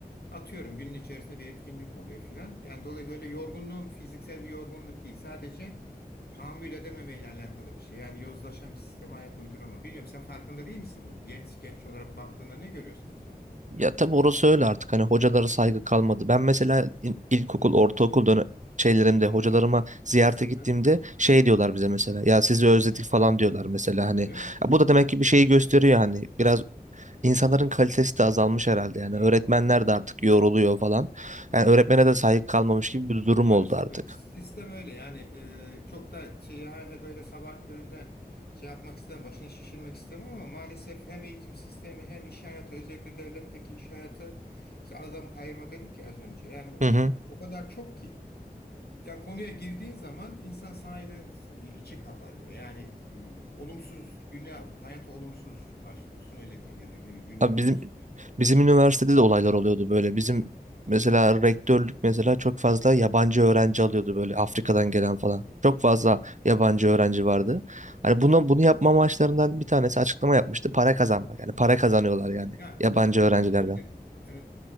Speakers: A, on the left; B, on the right.
A: atıyorum. Günün içerisinde bir etkinlik oluyor filan. Yani dolayısıyla öyle yorgunluğum fiziksel bir yorgunluk değil. Sadece tahammül edememeyle alakalı bir şey. Yani yozlaşan bir sisteme ayak uyduramama. Bilmiyorum sen farkında değil misin bunu? Genç genç olarak baktığında ne görüyorsun etrafına?
B: Ya tabii orası öyle artık hani hocalara saygı kalmadı. Ben mesela in- ilkokul, ortaokul dönem şeylerimde
A: Ha,
B: hocalarıma
A: ha.
B: ziyarete
A: Nasıldı?
B: gittiğimde şey diyorlar bize mesela ya sizi özledik falan diyorlar mesela hani
A: Değil mi?
B: Ya bu da demek
A: Farklı.
B: ki bir şeyi gösteriyor hani biraz insanların kalitesi de azalmış herhalde yani
A: Evet,
B: öğretmenler de artık yoruluyor falan yani
A: anladım.
B: öğretmene de saygı kalmamış gibi bir durum
A: Maalesef
B: oldu artık.
A: öyle. Sistem öyle yani e, çok da şey, ha- ha, böyle sabahın köründe şey yapmak istemem, başını şişirmek istemem ama maalesef hem eğitim sistemi hem iş hayatı özellikle devletteki iş hayatı işte adam kayırma dedik ya az önce. Yani o,
B: Hı hı.
A: o kadar çok ki. Ya konuya girdiğin zaman insan sahiden e, içi kabarıyor. Yani e, olumsuz güne, hayata olumsuz başlıyorsun öyle diyeyim ya da bir günle
B: Abi
A: olumsuz.
B: bizim
A: bir-
B: bizim üniversitede de olaylar oluyordu böyle. Bizim mesela rektörlük mesela çok fazla yabancı öğrenci alıyordu böyle Afrika'dan gelen falan. Çok fazla
A: Ha.
B: yabancı öğrenci vardı. Hani bunu bunu yapma amaçlarından bir tanesi açıklama yapmıştı. Para kazanmak. Yani para kazanıyorlar yani
A: Ya
B: yabancı
A: Ferhat
B: öğrencilerden.
A: şimdi e,